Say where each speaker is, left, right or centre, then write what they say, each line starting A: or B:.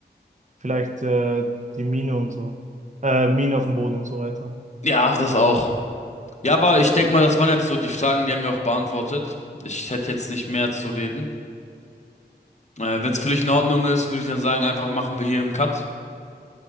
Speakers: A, on the right; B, on the left.
A: Vielleicht äh, die Mine und so. Äh, Mine auf dem Boden und so weiter.
B: Ja, das auch. Ja, aber ich denke mal, das waren jetzt so die Fragen, die haben wir auch beantwortet. Ich hätte jetzt nicht mehr zu reden. Äh, wenn es für dich in Ordnung ist, würde ich dann sagen, einfach machen wir hier einen Cut.